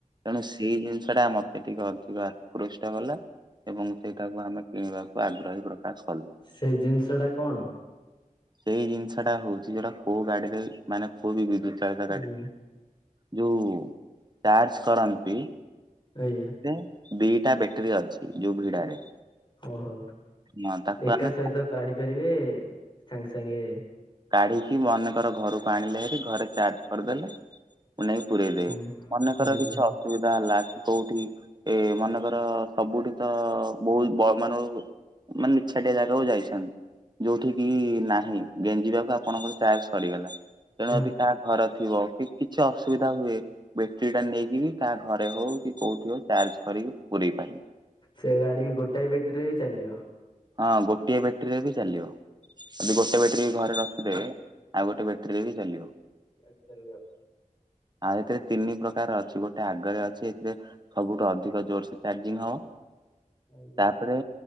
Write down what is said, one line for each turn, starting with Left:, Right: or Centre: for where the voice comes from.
Right: ତେଣୁ ସେଇ ଜିନିଷ ଟା ମତେ ଟିକେ ଅଧିକ ଆକୃଷ୍ଟ କଲା। ଏବଂ ସେଇଟାକୁ ଆମେ କିଣିବାକୁ ଆଗ୍ରହୀ ପ୍ରକାଶ କଲୁ।
Left: ସେଇ ଜିନିଷ ଟା କଣ?
Right: ସେଇ ଜିନିଷ ଟା ହଉଛି ଯୋଉଟା କୋଉ ଗାଡିରେ ମାନେ କୋଉ ବି ବିଦ୍ୟୁତ
Left: ଆଜ୍ଞା
Right: <inaudible> ଯୋଉ ଚାର୍ଜ କରନ୍ତି।
Left: କାଇ।
Right: ଦେ ଦିଟା ବ୍ୟାଟେରୀ ଅଛି ଯୋଉ ଭିଡାରେ।
Left: ଓହୋ
Right: ହଁ ତାକୁ
Left: ଏକା
Right: ଆମେ
Left: ସହିତ କାଢି ପାରିବେ ସାଙ୍ଗେ ସାଙ୍ଗେ।
Right: କାଢିକି ମନେକର ଘରକୁ ଆଣିଲେ ହେରି ଘରେ ଚାର୍ଜ କରିଦେଲେ। କୁ ନେଇ ପୁରଇଦେବେ
Left: ହୁଁ
Right: ମନେକର
Left: ହୁଁ
Right: କିଛି
Left: ହୁଁ
Right: ଅସୁବିଧା ହେଲା କି କୋଉଠି? ଏ ମନେକର ସବୁଠି ତ ବହୁତ୍ ବ ମାନ ମାନେ ନିଛାଟିଆ ଜାଗାକୁ ଯାଇଛନ୍ତି ଯୋଉଠି କିି ନାହିଁ? ଗେଞ୍ଜିବାକୁ ଆପଣଙ୍କର ଚାର୍ଜ ସରିଗଲା ତେଣୁ
Left: ହୁଁ
Right: ଯଦି କାହା ଘର ଥିବ କି କିଛି ଅସୁବିଧା ହୁଏ? ବେଟରୀ ଟା ନେଇକିରି କାହା ଘରେ ହଉ କି କୋଉଠି ହଉ ଚାର୍ଜ କରିକି ପୁରେଇବା।
Left: ସେ ଗାଡି ଗୋଟାଏ ବେଟ୍ରି ରେ ବି ଚାଲିବ।
Right: ହଁ ଗୋଟିଏ ବେଟ୍ରୀରେ ବି ଚାଲିବ। ଯ ଗୋଟେ ବ୍ୟାଟେରୀ ଘରେ ରଖିଦେବେ ଆଉ ଗୋଟେ ବ୍ୟାଟେରୀରେ ବି ଚାଲିବ।
Left: ଗାଡ଼ି ଚାଲିବ।
Right: ଆଉ ଏଥିରେ ତିନି ପ୍ରକାର ଅଛି ଗୋଟେ ଆଗରେ ଅଛି ଏଥିରେ ସବୁଠୁ ଅଧିକ ଜୋରସେ ଚାର୍ଜିଂ ହବ।
Left: ଆଜ୍ଞା।
Right: ତାପରେ